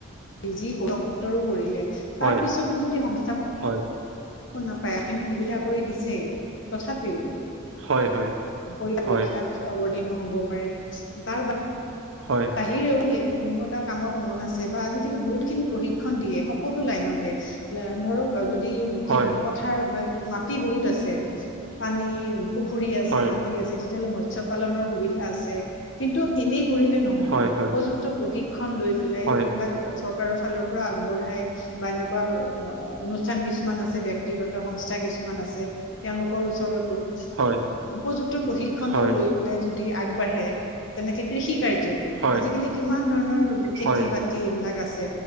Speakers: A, on the left; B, on the right.
A: যি পোক উত্তৰো কৰিলে
B: হয়
A: তাৰ পিছতো যদি সংস্থাপক
B: হয়
A: শ নাপায় আখিনি সুবিধা কৰি দিছেই তথাপিও
B: হয়
A: পৰি পৰীক্ষাত
B: হয়
A: অৱতীৰ্ণ হব পাৰে তাৰ ব
B: হয়
A: বিহিৰে ও কোনো এটা কামত মন আছে বা আজিকালি বহুত খিনি প্ৰশিক্ষণ দিয়ে সকলো লাইনতে ধৰক যদি
B: হয়
A: খেতি পথাৰ বা মাটি বহুত আছে পানী পুখুৰী আছে
B: হয়
A: মাটি আছে তেতিয়াহ'লে মৎস্ পালনৰ সুবিধা আছে কিন্তু এনেই কৰিলে ন উপযুক্ত
B: হয় হয়
A: প্ৰশিক্ষণ লৈ পেলাই
B: হয়
A: যিবিলাক চৰকাৰৰ ফালৰ পৰা আগবঢ়াই বা এনেকুৱা অনুষ্ঠান কিছুমান আছে ব্ক্তিগত সংস্থা কিছুমান আছে ল তেওলোকৰ ওচৰতো
B: হয়
A: উপযুক্ত প্ৰশিক্ষনটো
B: হয়
A: লৈ পেলাই যদি আগবাঢ়ে তেনেকে কৃষি কাৰ্যত
B: হয়
A: আজিকালি কিমান ধৰণৰ খেতি
B: হয়
A: বাতি এইবিলাক আছে